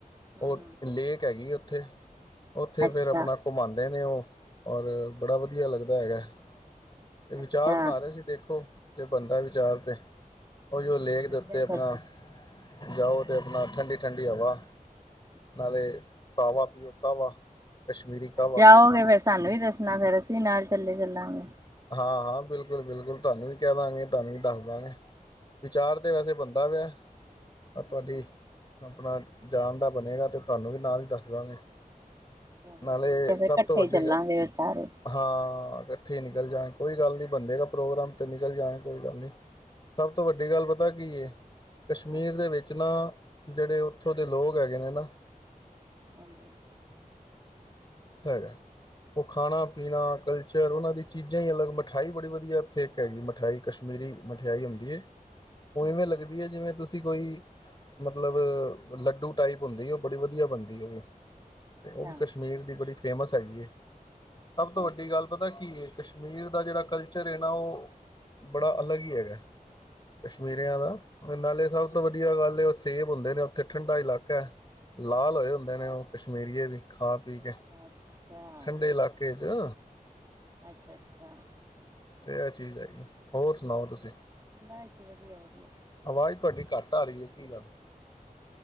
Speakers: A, on the right; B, on the left.
A: ਹਮ
B: ਉਹ ਲੇਕ ਹੈਗੀ ਆ ਉੱਥੇ ਉੱਥੇ
A: ਅੱਛਾ
B: ਫੇਰ ਆਪਣਾ ਘੁਮਾਉਂਦੇ ਨੇ ਉਹ ਔਰ ਬੜਾ ਵਧੀਆ ਲੱਗਦਾ ਹੈਗਾ ਤੇ ਵਿਚਾਰ
A: ਅੱਛਾ
B: ਬਣਾ ਰਹੇ ਸੀ ਦੇਖੋ ਜੇ ਬੰਦਾ ਵਿਚਾਰ ਤੇ ਉਹ ਜੋ ਲੇਕ ਦੇ
A: ਵਧੀਆ
B: ਉੱਤੇ ਆਪਣਾ
A: ਫਿਰ ਤੇ
B: ਜਾਓ ਤੇ ਆਪਣਾ ਠੰਡੀ ਠੰਡੀ ਹਵਾ
A: ਅੱਛਾ
B: ਨਾਲੇ ਕਾਹਵਾ ਪੀਓ ਕਾਹਵਾ ਕਸ਼ਮੀਰੀ ਕਾਹਵਾ
A: ਜਾਓਗੇ ਫੇਰ ਸਾਨੂੰ ਵੀ ਦੱਸਣਾ ਫੇਰ ਅਸੀਂ ਨਾਲ ਚੱਲੇ ਚੱਲਾਂਗੇ
B: ਹਾਂ ਹਾਂ ਬਿਲਕੁਲ ਬਿਲਕੁਲ ਤੁਹਾਨੂੰ ਵੀ ਕਹਿ ਦਾਂਗੇ ਤੁਹਾਨੂੰ ਵੀ ਦੱਸ ਦਾਂਗੇ ਵਿਚਾਰ ਤੇ ਵੈਸੇ ਬੰਦਾ ਵੀ ਹੈ ਤੁਹਾਡੀ
A: ਅੱਛਾ
B: ਆਪਣਾ ਜਾਣ ਦਾ ਬਣੇਗਾ ਤੇ ਤੁਹਾਨੂੰ ਵੀ ਨਾਲ ਹੀ ਦੱਸ ਦਾਂਗੇ
A: ਚਲੋ
B: ਨਾਲੇ
A: ਠੀਕ ਹੈ ਫਿਰ
B: ਸਭ
A: ਇਕੱਠੇ
B: ਤੋਂ ਵੱਡੀ
A: ਹੀ ਚੱਲਾਂਗੇ
B: ਗ
A: ਫਿਰ ਸਾਰੇ
B: ਹਾਂ ਇਕੱਠੀ ਨੀ ਜਾ ਕੋਈ ਗੱਲ ਨੀ ਬੰਦੇ ਪ੍ਰੋਗਰਾਮ ਤੇ ਨਿਕਲ ਜਾਏ ਕੋਈ ਗੱਲ ਨੀ ਸਭ ਤੋਂ ਵੱਡੀ ਗੱਲ ਪਤਾ ਕੀ ਐ ਕਸ਼ਮੀਰ
A: ਹਾਂਜੀ
B: ਦੇ ਵਿੱਚ ਨਾ ਜਿਹੜੇ ਉੱਥੋਂ ਦੇ ਲੋਕ ਹੈਗੇ ਨੇ ਨਾ
A: ਹਾਂਜੀ
B: ਹੈਗਾ ਉਹ ਖਾਣਾ ਪੀਣਾ ਕਲਚਰ ਉਹਨਾਂ ਦੀ ਚੀਜ਼ਾਂ ਹੀ ਅਲੱਗ ਮਠਿਆਈ ਬੜੀ ਵਧੀਆ ਇੱਥੇ ਇੱਕ ਹੈਗੀ ਮਿਠਿਆਾਈ ਕਸ਼ਮੀਰੀ ਮਠਿਆਈ ਹੁੰਦੀ ਐ ਉ
A: ਹਮ
B: ਇਵੇਂ ਲੱਗਦੀ ਹੈ ਜਿਵੇਂ ਤੁਸੀਂ ਕੋਈ ਮਤਲਬ ਲੱਡੂ ਟਾਈਪ ਹੁੰਦੀ ਉਹ ਬੜੀ ਵਧੀਆ ਬਣਦੀ ਉਹ ਵੀ ਤੇ
A: ਅੱਛਾ
B: ਉਹ ਵੀ ਕਸ਼ਮੀਰ ਦੀ ਫੇਮਸ ਹੈਗੀ ਹੈ ਸਭ
A: ਅੱਛਾ
B: ਤੋਂ ਵੱਡੀ
A: ਅੱਛਾ
B: ਗੱਲ ਪਤਾ ਕੀ ਐ ਕਸ਼ਮੀਰ ਦਾ ਜਿਹੜਾ ਕਲਚਰ ਹੈ ਨਾ ਉਹ ਬੜਾ
A: ਹਮ
B: ਅਲੱਗ ਹੀ ਹੈਗਾ ਕਸ਼ਮੀਰਿਆਂ
A: ਅੱਛਾ
B: ਦਾ ਨਾਲੇ ਸਭ
A: ਹਮ
B: ਤੋਂ ਵਧੀਆ ਗੱਲ ਸੇਬ ਹੁੰਦੇ ਨੇ ਉੱਥੇ ਠੰਡਾ ਇਲਾਕਾ ਲਾਲ ਹੋਏ ਹੁੰਦੇ ਨੇ ਉਹ ਕਸ਼ਮੀਰੀਏ ਵੀ ਖਾ ਪੀ
A: ਅੱਛਾ,
B: ਠੰਡੇ ਇਲਾਕੇ ਚ
A: ਅੱਛਾ ਅੱਛਾ
B: ਤੇ ਆ ਚੀਜ਼ ਹੈਗੀ ਹੋਰ ਸੁਣਾਓ ਤੁਸੀਂ
A: <inaudible>
B: ਆਵਾਜ਼ <unintelligible>